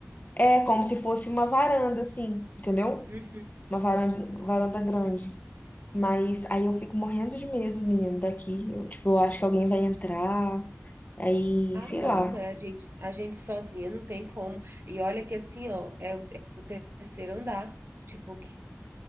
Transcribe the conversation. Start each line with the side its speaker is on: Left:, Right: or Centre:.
Left: É como se fosse uma varanda, assim, entendeu?
Right: Uhum.
Left: Uma varanda, varanda grande. Mas aí eu fico morrendo de medo, menino, daqui. Eu, tipo, eu acho que alguém vai entrar. Aí,
Right: Ah,
Left: sei
Right: não,
Left: lá.
Right: né? A gente, a gente sozinha não tem como. E olha que assim, ó, é o te- terceiro andar. Tipo, que-